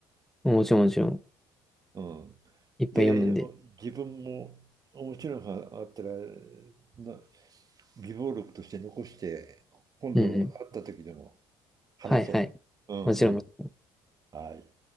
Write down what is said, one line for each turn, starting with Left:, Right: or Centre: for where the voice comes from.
Centre: もちろんもちろん。
Right: うん。
Centre: いっぱい読むんで。
Right: で、お自分も面白い本あったら、な備忘録として残して、今度会った時でも
Centre: うんうん。
Right: 話そううんうん。
Centre: はいはい。もちろんもちろん。
Right: はい。